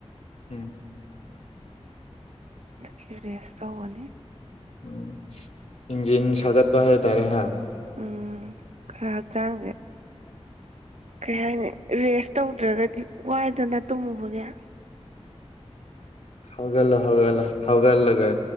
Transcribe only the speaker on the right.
ꯑꯗꯨꯒꯤ ꯔꯦꯁ ꯇꯧꯕꯅꯤ
ꯎꯝ ꯈꯔ ꯍꯛꯆꯥꯡꯁꯦ ꯀꯩ ꯍꯥꯏꯅꯤ ꯔꯦꯁ ꯇꯧꯗ꯭ꯔꯒꯗꯤ ꯋꯥꯏꯗꯅ ꯇꯨꯝꯃꯨꯕꯒ